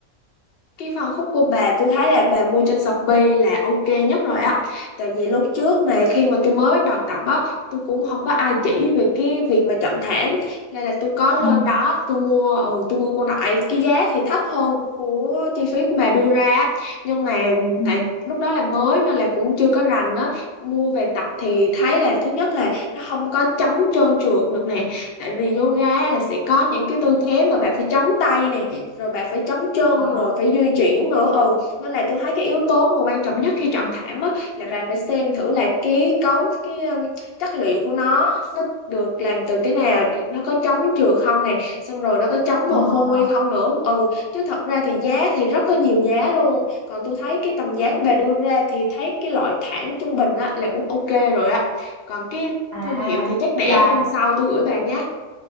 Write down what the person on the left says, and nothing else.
cái phân khúc của bà tôi thấy là bà mua trên Shopee là ok nhất rồi á tại vì lúc trước mà khi mà tôi mới bắt đầu tập á tôi cũng không có ai chỉ về cái việc mà chọn thảm nên là tôi có lên
đó tôi mua ừ tôi mua con đại cái giá thì thấp hơn của chi phí của bà đưa ra á. nhưng mà
tại lúc đó là mới nên là cũng chưa có rành á mua về tập thì thấy là thứ nhất là nó không có chống trơn trượt được nè tại vì yoga là sẽ có những cái tư thế mà bà phải chống tay nè rồi bạn phải trấn chân
rồi phải di chuyển nữa ừ nên là tôi thấy cái yếu tố mà quan trọng nhất khi chọn thảm á là bạn phải xem thử là cái cấu cái um, chất liệu của nó nó được làm từ cái nào nó có chống trượt không này xong rồi nó có chống
mồ hôi không nữa ừ chứ thật ra thì giá thì rất là nhiều giá luôn còn tôi thấy cái tầm giá của bà đưa ra thì thấy cái loại thảm trung bình á là cũng ok rồi á còn cái
thương hiệu thì chắc để
hôm sau tôi gửi bà nhé